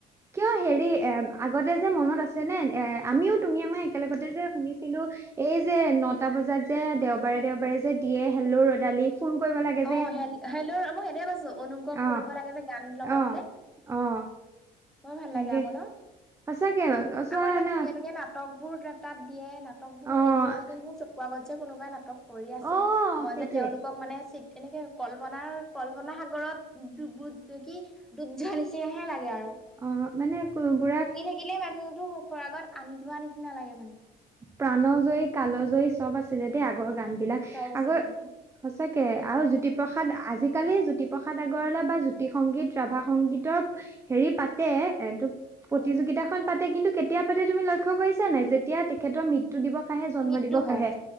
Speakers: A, on the right; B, in the centre.
A: কিয় হেৰি এ আগতে যে মনত আছে নে এ আমিও তুমি মই একেলগতে যে শুনিছিলোঁ এই যে নটা বজাত যে দেওবাৰে দেওবাৰে যে দিয়ে হেল্লো ৰদালি ফোন কৰিব লাগে
B: অ
A: যে
B: হেল্ল' মই সেনে কৈছো অনুগ্ৰহ
A: অ',
B: কৰিব লাগে যে গান
A: অ',
B: লগাবলে
A: অ',
B: বৰ ভাল
A: তাকে
B: লাগে আকৌ ন
A: সঁচাকে চোৱা
B: আকৌ ইমান
A: না
B: ধুনীয়া ধুনীয়া ন নাটকবোৰ তাত দিয়ে নাটকবোৰ
A: অ',
B: মানে এনেকুৱা লাগে মোৰ চকু আগত যে কোনোবাই নাটক কৰি আছে
A: অ',
B: মই
A: সেইটোৱে
B: যে তেওঁলোকক মানে এনেকে কল্পনাৰ কল্পনা সাগৰত দুবু কি দুধ যা নিচিনাহে লাগে আৰু
A: অ মানে বুঢ়া
B: আগিলে মানুহো মুখৰ আগত আনি থোৱা নিচিনা লাগে মানে
A: প্ৰাণ জয়ী কাল জয়ী চব আছিলে দেই আগৰ গান বিলাক
B: চব আছিলে
A: আগৰ সচাকে আৰু জ্যোতিপ্ৰসাদ আজিকালি জ্যোতিপ্ৰসাদ আগৰৱালা বা জ্যোতি সংগীত ৰাভা সংগীতৰ হেৰি পাতে এ তটো প্ৰতিযোগিতাখন
B: উম
A: পাতে কিন্তু কেতিয়া পাতে তুমি লক্ষ্য কৰিছা নাই যেতিয়া তেখেতৰ ম দিৱস আহে জন্ম
B: মৃত্যু
A: দিৱস
B: হয়
A: আহে